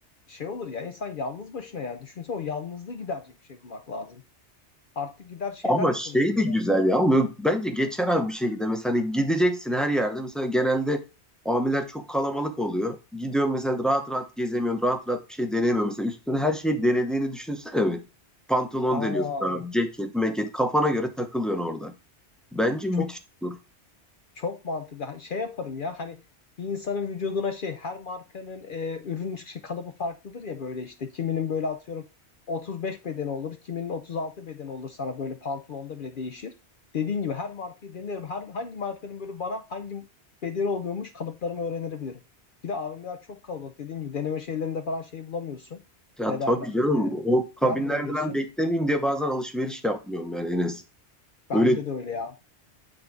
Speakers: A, on the left; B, in the centre.
A: şey olur ya insan yalnız başına yani. Düşünsene o yalnızlığı giderecek bir şey bulmak lazım. Artık gider şeylerle
B: Ama şey
A: konuşurum
B: de güzel
A: yani.
B: ya. Ama bence geçer abi bir şekilde. Mesela hani gideceksin her yerde. Mesela genelde amiler çok kalabalık oluyor. Gidiyorsun mesela rahat rahat gezemiyorsun. Rahat rahat bir şey denemiyorsun. Mesela üstüne her şeyi denediğini düşünsene mi? Pantolon
A: Aa,
B: deniyorsun abi. Ceket, meket. Kafana göre takılıyorsun orada. Bence müthiş
A: çok
B: olur.
A: Çok mantıklı. Şey yaparım ya hani bir insanın vücuduna şey her markanın e, ürün çıkışı kalıbı farklıdır ya böyle işte. Kiminin böyle atıyorum 35 beden olur, kiminin 36 beden olur sana böyle pantolonda bile değişir. Dediğin gibi her markayı denerim. Her, hangi markanın böyle bana hangi bedeni oluyormuş kalıplarımı öğrenebilirim. Bir de AVM'ler çok kalabalık. Dediğin gibi deneme şeylerinde falan şey bulamıyorsun.
B: Ya
A: Ne
B: tabii
A: derler?
B: canım.
A: E,
B: O kabinlerde
A: yer bulamıyorsun.
B: ben beklemeyeyim diye bazen alışveriş yapmıyorum yani Enes.
A: Bende
B: Öyle
A: de öyle ya.